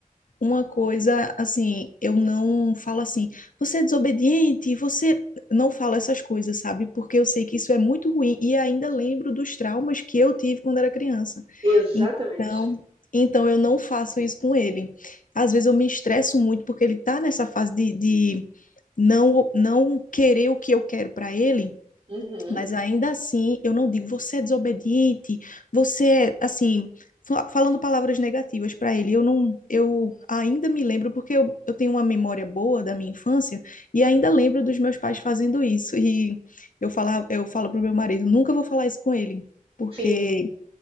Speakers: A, on the left (about 65°); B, on the right (about 40°).
A: uma coisa assim, eu não falo assim, você é desobediente, você não falo essas coisas, sabe? Porque eu sei que isso é muito ruim e ainda lembro dos traumas que eu tive quando era criança.
B: Exatamente.
A: Então, então eu não faço isso com ele. Às vezes eu me estresso muito porque ele tá nessa fase de, de não não querer o que eu quero para ele.
B: Uhum.
A: Mas ainda assim, eu não digo você é desobediente, você, é", assim, fa- falando palavras negativas para ele. Eu não, eu ainda me lembro, porque eu, eu tenho uma memória boa da minha infância e ainda lembro dos meus pais fazendo isso. E eu falava, eu falo pro meu marido, nunca vou falar isso com ele, porque
B: Sim.